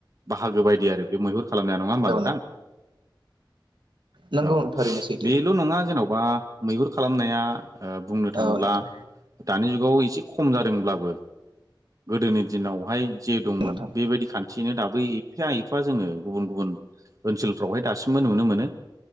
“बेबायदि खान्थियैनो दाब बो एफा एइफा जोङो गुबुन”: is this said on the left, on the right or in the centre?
Right